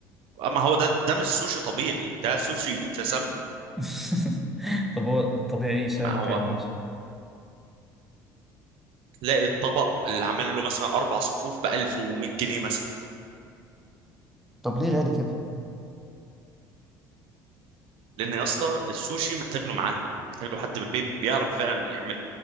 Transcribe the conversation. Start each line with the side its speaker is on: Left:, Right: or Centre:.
Right: اما هو ده ده مش سوشي طبيعي ده سوشي تسمم
Centre: <laughs> طب هو الطبيعي سعره
Right: ما هو
Centre: كام مثلا؟
Right: تلاقي الطبق اللي عامل له مثلا اربع صفوف ب 1100 جنيه مثلا
Centre: طب ليه غالي كده؟
Right: لان يا اسطى السوشي محتاج له معلم محتاج له حد بي- بيعرف فعلا يعمله